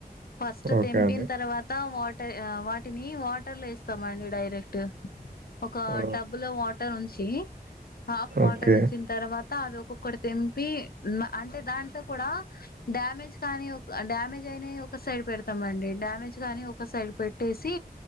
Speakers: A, on the left; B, on the right.
A: ఫస్ట్
B: ఓకే
A: తెంపిన
B: అండి.
A: తర్వాత వాటర్ వాటిని వాటర్ లో ఏ స్తామండి డైరెక్ట్ ఒక
B: ఆ!
A: టబ్బు లో వాటర్ ఉంచి హాఫ్ వాటర్
B: ఓకే.
A: ఉ తర్వాత అవి ఒక్కొక్కటి తెింపి అంటే దాంట్లో కూడా డ్యామేజ్ కానీ ఒక డ్యామేజ్ అయి ఒక సైడ్ పె స్తామండి డ్యామేజ్ గాని వి ఒక సైడ్ పెట్టేసి